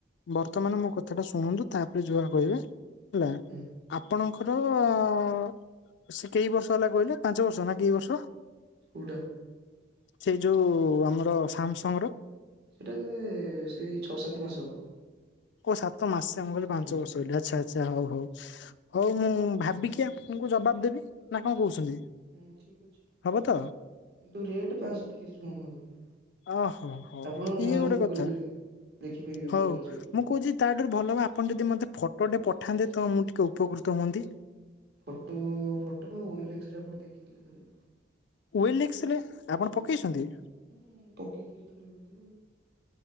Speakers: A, on the left; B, on the right.
A: ବର୍ଥ ତ ମାନ ମୋ କଥାଟା ଶୁଣନ୍ତୁ ତାପରେ ଯହା କହିବେ ହେଲା,
B: ହୁଁ
A: ଆପଣଙ୍କ ଆର ସେ କେଇ ବର୍ଷ ହେଲା କହିଲେ? ପାଞ୍ଚ ବର୍ଷ ନା କେଇ ବର୍ଷ?
B: କଉଟା?
A: ସେଇ ଯୋଉ ଆମର ସାମସଙ୍ଗ ର
B: ସେଟା କେତେ ସେଇ ଛଅ ସାତ ମାସ ହବ।
A: ଉ ସାତ ମାସ ଆ ମୁଁ କହିଲ ପାଞ୍ଚ
B: ହୁଁ।
A: ବର୍ଷ ଆଚ୍ଛା, ଆଚ୍ଛା ହଉ। ହଉ, ହଉ ମୁଁ ଭାବିକି ଆପଣଙ୍କୁ ଜବାବ ଦେବି ନା କଣ କହୁଛନ୍ତି?
B: ହୁଁ, ଠିକ ଅଛି
A: ହବ ତ
B: କିନ୍ତୁ ରେଟ ପାଞ୍ଚଶହ ତିରିଶ କମ ହବନି।
A: ଓହୋ, ହୋ
B: ଆପଣ ଚାହିଁଲେ
A: ଇଏ ଗୋଟେ
B: ଗୁଗଲରେ
A: କଥା।
B: ଦେ ଦେଖିପାରିବେ
A: ହଉ,
B: ଭଲ ଜିନିଷ ବୋଲି
A: ମୁଁ କହୁଛି ତାଠାରୁ ଭଲ ହ ଆପଣ ଯଦି ମତେ ଫ ଫଟୋ ପଠାନ୍ତେ ତ ମୁଁ ଟିକେ ଉପକୃତ ହୁଅନ୍ତି।
B: ଫଟୋ, ଫଟୋ ପା ଓ ଏଲ୍ ଏକ୍ସ ଆପଣ ଦେଖିଥିଲେ କାଲି।
A: ଓ ଏଲ ଏକ୍ସ ଆପଣ ପକାଇଛନ୍ତି।
B: ହୁଁ ପକିଥିଲି ଥରେ ବୋଧେ